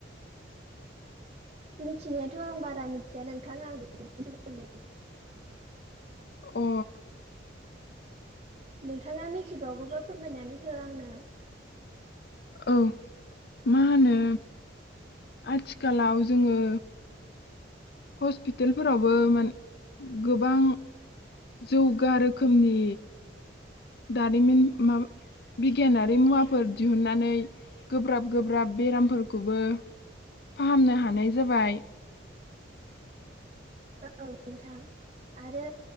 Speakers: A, on the right; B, on the left.
A: मिथिनायाथ' आं बारा मिथिया नोंथां आं बेफोरनि सोमोन्दै।
B: अ
A: नोंथाङा मिथिबावगौबा फोरमायनानै हो आंनो।
B: औ मा होनो आथिखालाव जोङो हस्पितेलफोरावबो मान गोबां जौग गा रोखोमनि दारिमिन माब बिगियानारि मुवाफोर दिहुनन्नानै गोब्राब गोब्राब बेरामफोरखौबो फाहामनो हानाय जाबाय।
A: औ नोंथां आरो